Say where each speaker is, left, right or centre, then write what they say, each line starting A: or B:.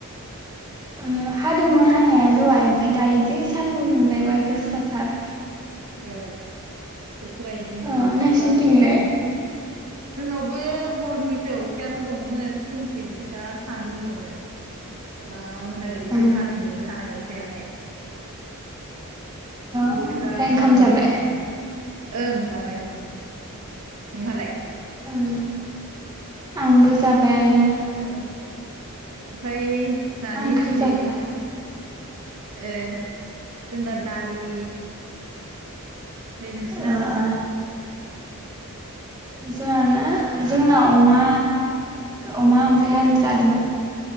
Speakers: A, on the right; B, on the right.
A: ओ हादोंमोन हानाया दहाय ओमफाय दायो जि सान्दुं दुंलायबाय गोसाथार।
B: ओ बोथोरा इदिनो
A: अ
B: माबा
A: नोंसिनिथिंलाय
B: जाबाय दङो जोंनावबो हरनिफ्राय अखायानो दंमोन फुंसिम ओमफाय दा सान्दुं दङो, दा दा मोनाबिलिसिम
A: ओ
B: हाफिननोबो हानाय अखायाहाय
A: ओमफ्राय
B: बोथोरा
A: ओंखाम
B: बा रा मोजां
A: जाबाय
B: नोङा। ओं जाबाय नानि, नोंहालाय?
A: उम आंबो जाबायानो।
B: ओ ओमफाय नानै
A: मा ओंख्रि
B: दिनै
A: जाखो
B: ए जोंना दालि ओमफ्राय नोंसिना
A: ओ ओ जोंहाना जोंना अमा अमा ओमफाय आलु जादोंमोन।